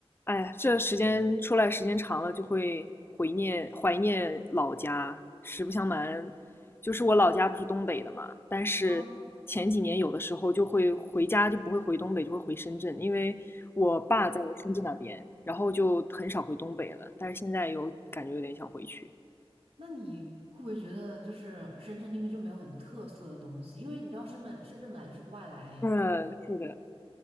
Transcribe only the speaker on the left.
哎，这时间出来时间长了，就会怀念怀念老家。实不相瞒，就是我老家不是东北的嘛，但是前几年有的时候就会回家，
就不会回东北，就会回深圳，因为我爸在深圳那边，然后就很少回东北了。但是现在有感觉有点想回去。
嗯，是的。